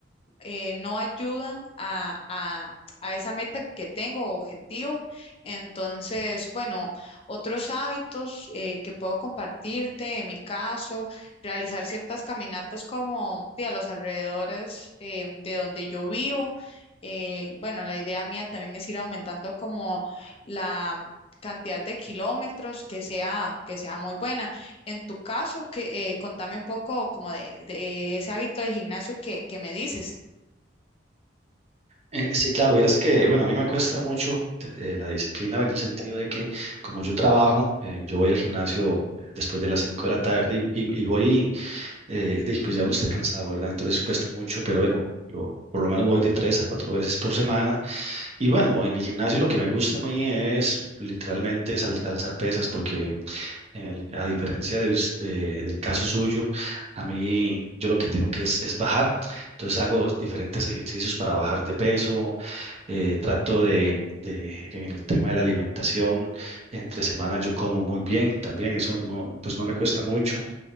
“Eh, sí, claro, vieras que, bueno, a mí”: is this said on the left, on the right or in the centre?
Right